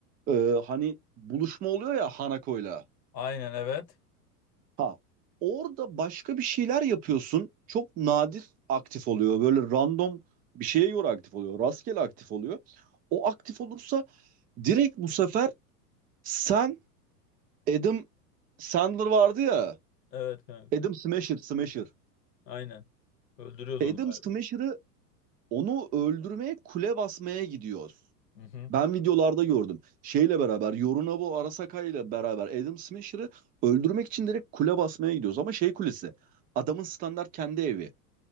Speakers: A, on the right; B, on the left.
A: e, hani buluşma oluyor ya Hanako'yla.
B: Aynen evet.
A: Ha, orada başka bir şeyler yapıyorsun. Çok nadir aktif oluyor. Böyle random bir şeye göre aktif oluyor. Rastgele aktif oluyor. O aktif olursa direkt bu sefer sen Adam Sandler vardı ya.
B: Evet kanka.
A: Adam Smasher, Smasher.
B: Aynen. Öldürüyoruz
A: Adam
B: onu galiba.
A: Smasher'ı onu öldürmeye kule basmaya gidiyor.
B: Hı hı.
A: Ben videolarda gördüm. Şeyle beraber Yorunabu Arasaka ile beraber Adam Smasher'ı öldürmek için direkt kule basmaya gidiyoruz. Ama şey kulesi. Adamın standart kendi evi.